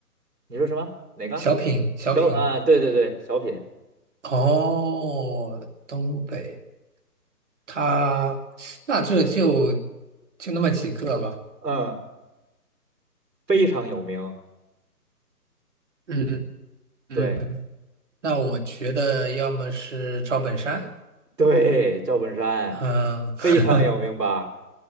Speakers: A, on the right; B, on the right.
A: 你说什么？哪个？
B: 小品、小品。
A: 小啊，对对对，小品，
B: 哦，东北。他那这就就那么几个吧。
A: 嗯，非常有名。
B: 嗯嗯，
A: 对
B: 那我觉得要么是赵本山，
A: 对，赵本山
B: 嗯，<laughs>
A: 非常有名吧？